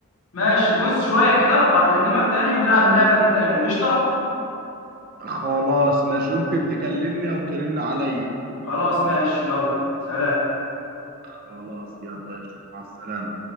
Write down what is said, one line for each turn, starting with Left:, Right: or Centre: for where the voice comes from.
Left: ماشي بص شويه كده وهكلمك تاني ونلعب اللعبه دي تاني قشطه
Right: خلاص ماشي يمكن تكلمني او ترن عليا
Left: خلاص ماشي يلا سلام
Right: خلاص يلا قشطه مع السلامه